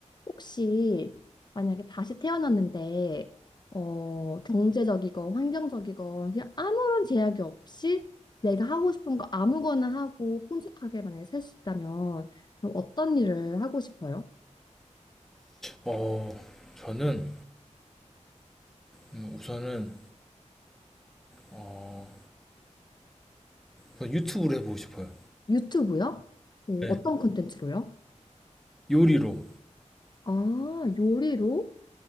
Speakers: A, on the left (about 35°); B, in the centre.
A: 혹시 만약에 다시 태어났는데 어, 경제적이건 환경적이건 그냥 아무런 제약이 없이 내가 하고 싶은 거 아무거나 하고 풍족하게 만약에 살 수 있다면 그럼 어떤 일을 하고 싶어요?
B: 어, 저는 음, 우선은 어, 우선 유튜브를 해보고 싶어요.
A: 유튜브요? 어,
B: 네,
A: 어떤 콘텐츠로요?
B: 요리로.
A: 아, 요리로?